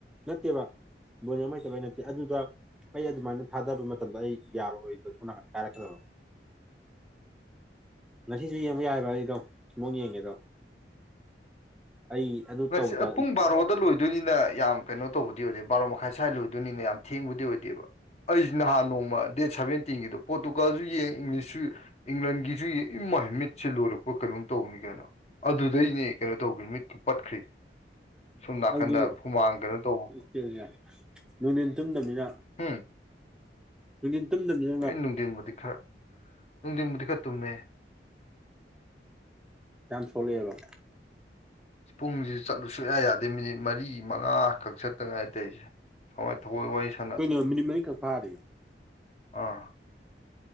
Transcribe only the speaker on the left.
<inaudible>
ꯉꯁꯤ
ꯄꯨꯡ ꯕꯥꯔꯣꯗ ꯂꯣꯏ ꯑꯗꯨꯅꯤꯅ ꯌꯥꯝ ꯀꯩꯅꯣ ꯇꯧꯕꯗꯤ ꯑꯣꯏꯗꯦ ꯕꯥꯔꯣ ꯃꯈꯥꯏ ꯁ꯭ꯋꯥꯏ ꯂꯣꯏꯗꯣꯏꯅꯤꯅ ꯌꯥꯝ ꯊꯦꯡꯕꯗꯤ ꯑꯣꯏꯗꯦꯕ ꯑꯩꯁꯨ ꯅꯍꯥꯟ ꯅꯣꯡꯃ ꯗꯦꯠ ꯁꯕꯦꯟꯇꯤꯟꯒꯤꯗꯣ ꯄꯣꯔꯇꯨꯒꯜꯁꯨ ꯌꯦꯡ ꯏꯪꯂꯤꯁꯁꯨ ꯏꯪꯂꯟꯒꯤꯁꯨ ꯏꯃꯥꯏ ꯃꯤꯠꯁꯦ ꯂꯣꯏꯔꯛꯄ ꯀꯩꯅꯣꯝ ꯇꯧꯕꯅꯤ ꯀꯩꯅꯣ ꯑꯗꯨꯗꯩꯅꯦ ꯀꯩꯅꯣ ꯇꯧꯈꯤ ꯃꯤꯠꯀ ꯄꯠꯈ꯭ꯔꯤꯁꯦ ꯁꯣꯝ ꯅꯥꯀꯟꯗ
ꯍꯨꯃꯥꯡ ꯀꯩꯅꯣ ꯇꯧꯕ
ꯍꯨꯝ
ꯍꯣꯏ ꯅꯨꯡꯗꯤꯟꯕꯨꯗꯤ ꯈꯔ ꯅꯨꯡꯗꯤꯟꯕꯨꯗꯤ ꯈꯔ ꯇꯨꯝꯃꯦ
ꯄꯨꯡꯁꯤ ꯆꯠꯂꯨ ꯁꯨꯡꯌꯥ ꯌꯥꯗꯦ ꯃꯤꯅꯤꯠ ꯃꯔꯤ ꯃꯉꯥꯈꯛ ꯆꯠꯇ ꯉꯥꯏꯔꯤ ꯇꯧꯏꯁꯦ <unintelligible>
ꯎꯥ